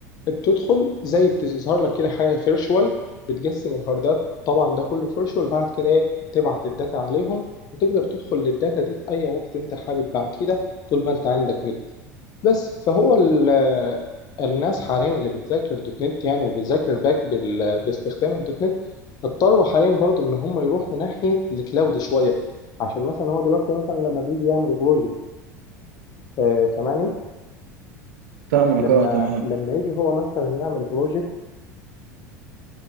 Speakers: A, on the left; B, on the right.
A: بتدخل زي بتظهر لك كده حاجة فيرشوال بتقسم الهاردات طبعا ده كله فيرشوال بعد كده إيه تبعت الداتا عليهم وتقدر تدخل للداتا دي في أي وقت أنت حابب بعد كده طول ما أنت عندك نت بس فهو ال الناس حاليا اللي بتذاكر دوت نت يعني وبتذاكر باك بال... باستخدام الدوت نت اضطروا حاليا برضو ان هم يروحوا ناحية الكلاود شوية عشان مثلا هو دلوقتي مثلا لما بيجي يعمل بروجكت آه سامعني
B: سامعك
A: لما
B: اه تمام
A: لما يجي هو مثلا يعمل بروجكت